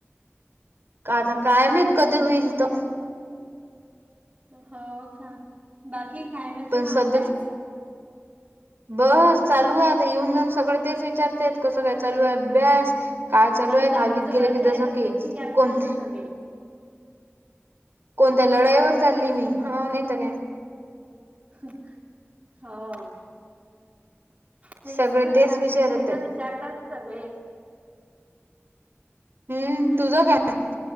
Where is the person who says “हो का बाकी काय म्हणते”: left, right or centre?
Right